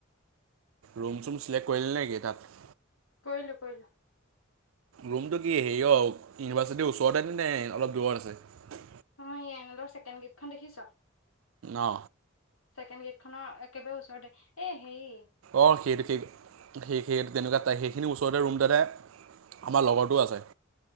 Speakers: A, on the right; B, on the left.
A: ৰুম-চুম চিলেক্ট কৰিলি নেকি তাত?
B: কৰিলোঁ কৰিলোঁ
A: ৰুমটো কি হেৰি অ' ইউনিভাৰচিটি ওচৰতে নে, অলপ দূৰত আছে?
B: মই য়েনেণ্ডৰ ছেকেণ্ড গেটখন দেখিছ
A: অ
B: ছেকেণ্ড গেট খনৰ একেবাৰে ওচৰতে, এ হেই
A: অ সেইটো সেই সেই সেই সেই তেনেকুৱা তাহি সেইখিনি বস তহঁতৰ ৰুম এটাতে আমাৰ লগৰটো আছে।